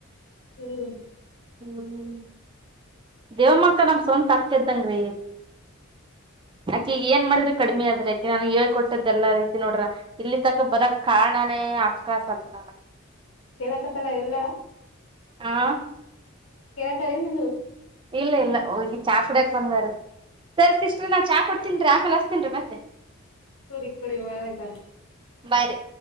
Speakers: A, on the left; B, on the right.
A: ಹ್ಮ್
B: ಹ್ಮ್ ದೇವಮ್ಮಕ್ಕ ನಮ ಸ್ವಂತ ಅಾಕ್ಕದಂಗ್ರೀ.
A: <inaudible>
B: ಆಕಿ ಏನ್ ಮಾಡಿದ್ರೆ ಕಡಿಮಿ ಆದ್ರಿ ಆಕಿ ನಾನು ಹೇಳ್ಕೊಟ್ಟದ ಎಲ್ಲ ರೀತಿ ನೋಡ್ರ ಇಲ್ಲಿ ತಕ ಬರಕ್ ಕಾರಣನ. ಅಕ್ಕ ಸಲ್ಪನ.
A: ಕೇಳಕತ್ತಳ ಎಲ್ಲಾ
B: ಹಾ
A: ಕೇಳ ಮನು
B: ಇಲ್ಲ ಇಲ್ಲ ಹೋಗಿ ಚಾ ಕುಡಿಯಕ್ ಬಂದಾರೆ ಸರಿ ಸಿಸ್ಟ್ರ ನಾ ಚಾ ಕುಡ. ತಿಂದ್ರಾ ಅಸ್ತೀನ್ೀ ಮತ್ತೆ.
A: ಕುಡಿ ಕುಡಿ ಒಳ್ಳೆದಲ್ಲ.
B: ಬಾಯ್. ರಿ